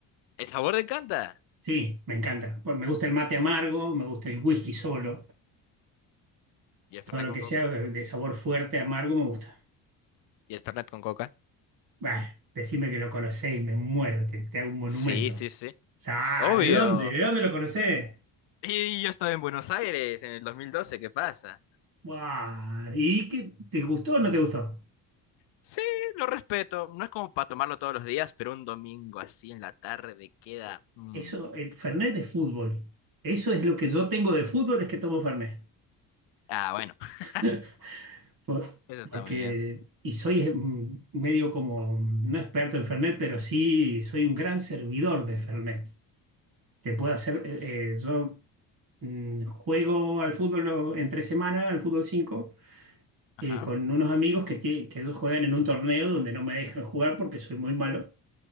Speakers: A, on the left; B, on the right.
A: El sabor de canta.
B: Sí, me encanta. Pues me gusta el mate amargo, me gusta el whisky solo.
A: ¿Y el
B: Todo
A: Fernet
B: lo
A: con
B: que
A: coca?
B: sea de sabor fuerte, amargo, me gusta.
A: ¿Y el Fernet con coca?
B: Bah, decime que lo conocés y me muero, te, te hago un monumento.
A: Sí, sí,
B: O
A: sí.
B: sea,
A: Obvio.
B: ah, ¿de dónde? ¿De dónde lo conocés?
A: Y yo estaba en Buenos Aires en el 2012, ¿qué pasa?
B: Buah, ¿Y qué? ¿Te gustó o no te gustó?
A: Sí, lo respeto. No es como para tomarlo todos los días, pero un domingo así en la tarde queda. mm.
B: Eso, el Fernet de fútbol. Eso es lo que yo tengo de fútbol, es que tomo Fernet.
A: Ah, bueno, <laughs>
B: <laughs> Por-
A: eso está
B: porque,
A: muy bien.
B: y soy mm, medio como, mm, no experto en Fernet, pero sí soy un gran servidor de Fernet. Te puedo hacer, eh, eh, yo mm, juego al fútbol o- entre semana, al fútbol 5.
A: Ajá.
B: eh, con unos amigos que, tie- que ellos juegan en un torneo donde no me dejan jugar porque soy muy malo.